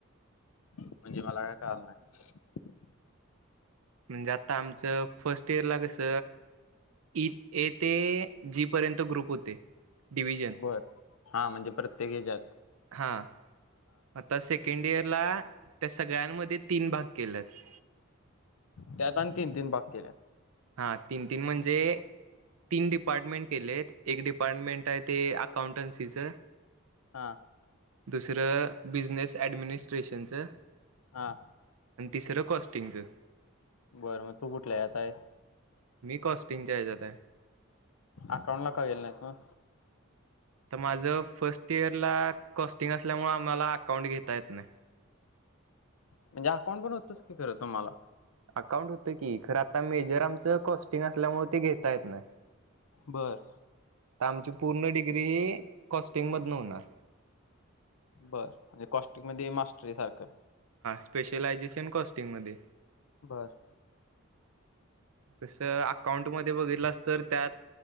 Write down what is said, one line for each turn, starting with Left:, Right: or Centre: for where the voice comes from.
Left: म्हणजे मला काय कळाल नाय.
Right: म्हणजे आता आमचं फर्स्ट इयरला कस, इ ए ते जी पर्यंत ग्रुप होते. डिव्हजन
Left: बर. हा म्हणजे प्रत्येक हेच्यात.
Right: हा आता सेकंड इयर ला त्या सगळ्यांमध्ये तीन भाग केल्यात.
Left: त्यात आणि तीन तीन भाग केल्यात.
Right: हा तीन तीन म्हणजे तीन डिपार्टमेंट केले आहेत. एक डिपार्टमेंट आहे ते अकाउंटन्सीचं.
Left: हा
Right: दुसरं बिझनेस. डमिट्र सेंसर
Left: हा
Right: आणि तिसरा कॉस्टिंगस
Left: बरं मग तू कुठलं आताय?
Right: मी कॉस्टिंगच्या ह्याच्यात आहे.
Left: अकाउंला का येल नाहीस म
Right: तर माझं फर्स्ट इयर ला कॉस्टिंग असल्यामुळे आम्हाला अकाउंट घेता येत नाही.
Left: म्हणजे अकाउंट पण होतंस की खरं तुम्हाला
Right: अकाउंट होतं की खरं आता मेजर आमचं कॉस्टिंग असल्यामुळे ते घेता येत नाही.
Left: बर.
Right: तर आमची पूर्ण डिग्री ही कॉस्टिंग मध न होणार.
Left: बर म्हणजे कॉस्टिक मध्ये मास्टर आहे सारखं.
Right: स्ेशलाेशन कॉस्टिंग म
Left: बरं.
Right: तस अकाउंट मध्ये बघितलं अस तर त्यात